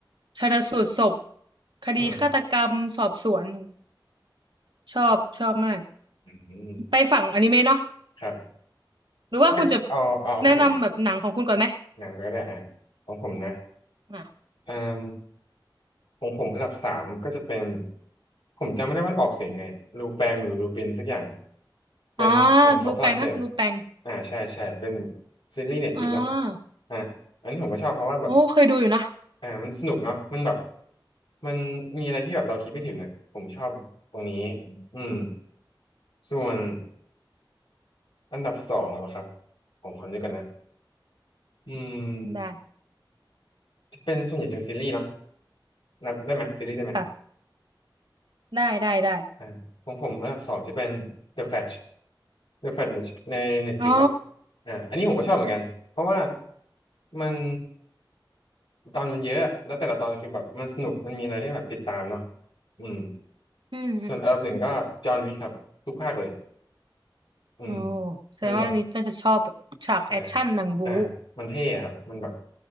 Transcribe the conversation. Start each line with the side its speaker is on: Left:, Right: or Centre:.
Right: ชันสูตรศพคดีฆาตกรรมสอบสวน
Left: อืม
Right: ชอบชอบมาก
Left: อืม
Right: ไปฝั่งอนิเมะเนาะ
Left: ครับ
Right: หรือว่าคุณจะ
Left: เอาเอาหนัง
Right: แนะนำแบบหนังของคุณก่อนไหม
Left: หนังก็ได้อ่ะของผมนะ
Right: อ่ะ
Left: อืม ของผมอันดับสามก็จะเป็นผมจำไม่ได้ว่ามันออกเสียงไงลูแปงหรือลูปินสักอย่างเป็นหนังของฝรั่งเศส
Right: อ่ารูแปงอะรูแปง
Left: อ่าใช่ใช่เป็นซีรีส์เน็ตฟลิกเนาะ
Right: อ่า
Left: อ่าอันนี้ผมก็ชอบเพราะว่าแบบ
Right: โอ้เคยดูอยู่นะ
Left: อ่ามันสนุกเนาะมันแบบมันมีอะไรที่แบบเราคิดไม่ถึงอ่ะผมชอบตรงนี้อืมส่วนอันดับสองเหรอครับผมขอนึกก่อนนะอืม
Right: ได้
Left: เป็นส่วนใหญ่จะเป็นซีรีส์เนาะนับได้ไหมซีรีส์ได้ไหม
Right: ค่ะได้ได้ได้
Left: อ่าของผมอันดับสองจะเป็น The Flash The Flash ใน Netflix
Right: อ๋อ
Left: นะอ่าอันนี้ผมก็ชอบเหมือนกัน เพราะว่ามันตอนมันเยอะ แล้วแต่ละตอนคือแบบมันสนุก มันมีอะไรให้แบบติดตามเนาะอืม
Right: อืมอืม
Left: ส่วนอันดับหนึ่งก็จอห์นวิกครับทุกภาคเลยอืม
Right: โอ้แสดงว่าอันนี้น่าจะชอบแบบฉากแอคชั่นหนังบู๊
Left: มันแบบใช่อ่ามันเท่อะครับ มันแบบ